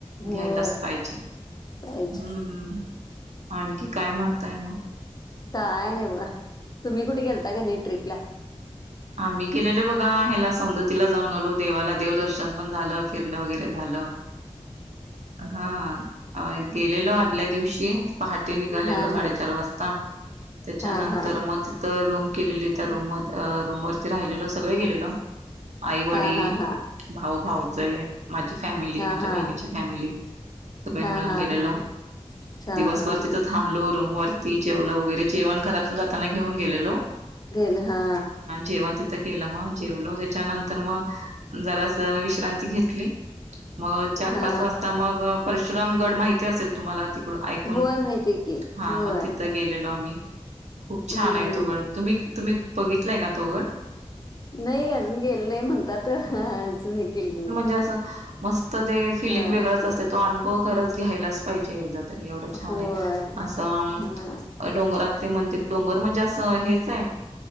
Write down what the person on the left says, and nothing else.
होय
पाहिजे
काय नाही बघा, तुम्ही कुठे गेलता का नाही ट्रिपला?
हा
हा
हा हा
हा हा हा हा
हा
हा हा
हा
हा
हा चा
हा
गेल हा.
हा
होय माहिती की
होय
हम्म
नाही अजून गेलं नाही म्हणतात अजून गेली नाही.
हा
होय
हा